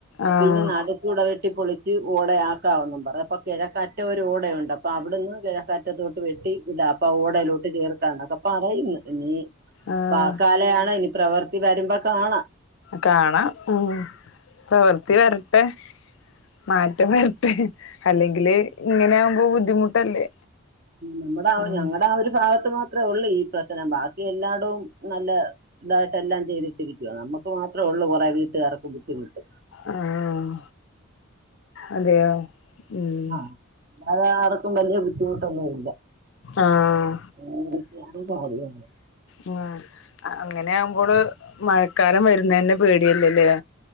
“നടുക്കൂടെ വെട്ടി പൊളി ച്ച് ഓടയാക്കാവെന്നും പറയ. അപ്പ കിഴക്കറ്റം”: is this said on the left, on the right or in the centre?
Right